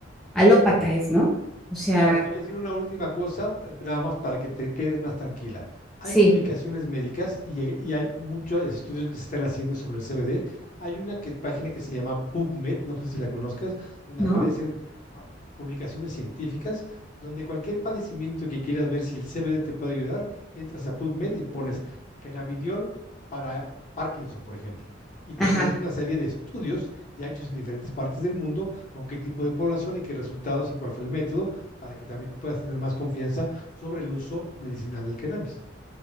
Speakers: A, in the centre; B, on the left (about 40°).
A: alópata, ¿es, no? O sea,
B: Claro, te voy a decir una última cosa, eh, nada más para que te quedes más tranquila. Hay
A: sí,
B: publicaciones médicas y, hay y hay muchos estudios que se están haciendo sobre el CBD. Hay una que- página que se llama PubMed, no sé si la conozcas, donde
A: ¿no?
B: aparecen ah, publicaciones científicas, donde cualquier padecimiento que quieras ver si el CBD te puede ayudar, entras a PubMed y pones cannabidiol para Parkinson, por ejemplo. Y
A: Ajá.
B: te aparece una serie de estudios ya hechos en diferentes partes del mundo, con qué tipo de población y qué resultados y cuál fue el método para que también puedas tener más confianza sobre el uso medicinal del cannabis.